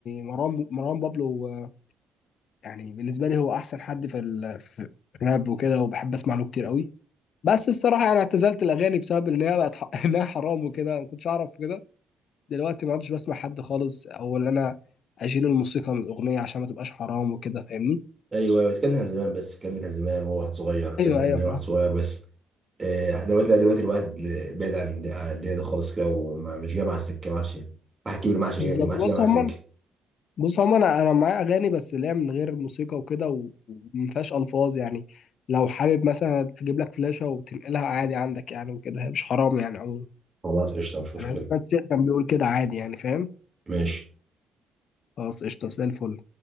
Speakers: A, on the left (about 65°); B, on the right (about 25°).
A: مروان مروان بابلو آه، يعني بالنسبه لي هو احسن حد في ال- في الراب وكده وبحب اسمع له كتير قوي بس الصراحه يعني اعتزلت الاغاني بسبب ان هي بقت ح- <laughs> انها حرام وكده ما كنتش اعرف كده دلوقتي ما عدتش بسمع حد خالص او ان انا اشيل الموسيقى من الاغنيه عشان ما تبقاش حرام وكده فاهمني
B: ايوه ايوه الكلام ده كان زمان بس الكلام ده كان زمان وهو واحد صغير الكلام
A: ايوه
B: ده كان
A: ايوه
B: زمان
A: فاهم
B: واحد صغير بس آه، دلوقتي لا دلوقتي الواحد بعيد عن عن الدنيا دي خالص كده ومش جاي مع السكه ما عادش واحد كبير ما عادش جاي
A: بالظبط
B: ما عادش
A: بص
B: جاي مع
A: هم
B: السكه
A: بص هو انا انا معايا اغاني بس اللي هي من غير موسيقى وكده و- وما فيهاش الفاظ يعني لو حابب مثلا اجيب لك فلاشه وتنقلها عادي عندك يعني وكده هي مش حرام يعني عموما
B: خلاص قشطة مش مشكلة
A: انا سمعت شيخ كان بيقول كده عادي يعني فاهم
B: ماشي
A: خلاص قشطه زي الفل